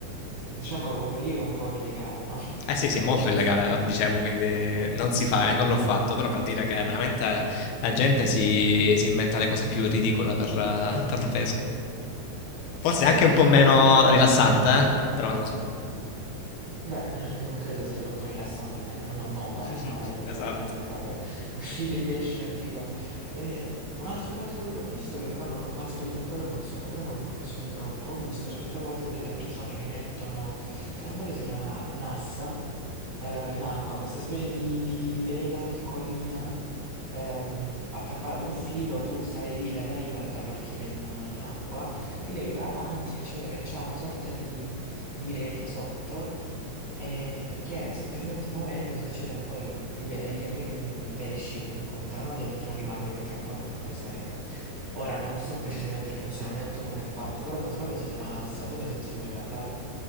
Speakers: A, on the right; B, on the left.
A: diciamo che quello lì è un po' illegale, no? <laughs>
B: Eh sì, sì, è molto
A: Forse.
B: illegale, dicevo, quindi non si fa e non
A: Eh,
B: l'ho fatto, però per dire che veramente la gente si, si inventa le cose più ridicole per, eh, per la pesca. Forse
A: Poi
B: è anche
A: un'altra
B: un po' meno
A: cosa che non...
B: rilassante, eh? Però non lo so.
A: Beh, <laughs> non credo sia troppo rilassante mettere una bomba nel
B: <laughs>
A: mare, letteralmente,
B: Esatto.
A: e far <laughs> uscire i pesci a riva. E un altro metodo che ho visto, che però non ho mai sperimentato e non so nemmeno come funzioni troppo, ho visto certe volte delle persone che mettono, se non sbaglio si chiama NASA, eh, in acqua, questa specie di, di vela piccolina ehm, attaccata ad un filo, tu stai lì dalla riva, la fai partire in, in acqua, lei va avanti, eccetera, e c'è una sorta di, di rete sotto eh, che semplicemente muovendosi, eccetera, poi gli, gli anim- i pesci comunque entrano dentro e rimangono intrappolati in questa rete. Ora non so precisamente il funzionamento, come è fatta, però se non sbaglio si chiama Nassa, tu ne hai sentito mai parlare?